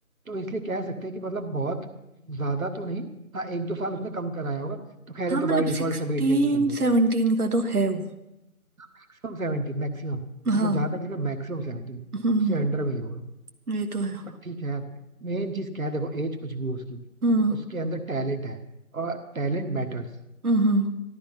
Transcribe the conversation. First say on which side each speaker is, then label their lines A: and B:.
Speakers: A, on the right; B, on the right.
A: तो इसलिए कह सकते हैं कि मतलब बहुत ज्यादा तो नहीं हाँ एक दो साल उसने कम कराया होगा तो खैर
B: हाँ
A: ये तो
B: मतलब
A: बाई डिफॉल्ट
B: सिक्सटीन
A: सभी इंडियंस के अंदर
B: सेवनटीन
A: है
B: का तो है वो
A: मैक्सिमम सेवेंटी मैक्सिमम
B: हाँ
A: मतलब जहां तक लेकर मैक्सिमम सेवेंटी
B: हम्म
A: उससे अंडर में ही होगा
B: ये तो है
A: पर ठीक है यार मेन चीज क्या है देखो एज कुछ भी हो उसकी
B: हम्म
A: उसके अंदर टैलेंट है और टैलेंट मैटर्स
B: हम्म हम्म,